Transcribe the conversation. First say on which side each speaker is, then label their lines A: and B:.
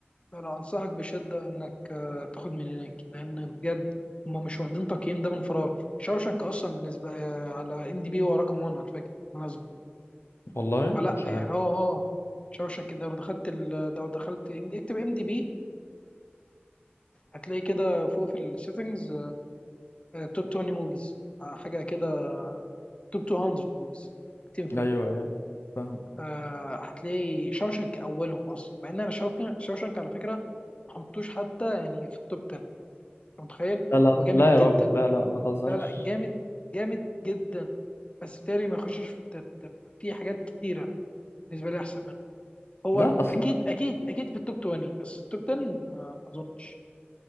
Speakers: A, on the left; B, on the left.
A: لا لا انصحك بشده انك آه، تاخد من هناك لان بجد هم مش واخدين تقييم ده من فراغ شاوشانك اصلا بالنسبه آه، على ام دي بي هو رقم 1 على فكره بالمناسبه
B: والله
A: فلا
B: مش
A: يعني
B: عارف
A: اه اه شاوشانك ده لو دخلت ال- لو دخلت إم دي- اكتب ام دي بي هتلاقي كده فوق في السيتنجز توب 20 موفيز حاجه كده توب 200 موفيز 200 فيلم
B: ايوه ايوه فاهم
A: آه هتلاقي شوشنك اولهم اصلا مع ان انا شوشنك شوشنك على فكره ما حطوش حتى يعني في التوب 10 انت متخيل
B: لا لا
A: هو جامد
B: لا يا
A: جدا
B: راجل لا لا ما تهزرش
A: لا لا جامد جامد جدا بس بالتالي ما يخشش في التن تن. في حاجات كتيره بالنسبه لي احسن منه هو
B: لا اصلا
A: اكيد اكيد اكيد في التوب 20 بس التوب 10 آه ما اظنش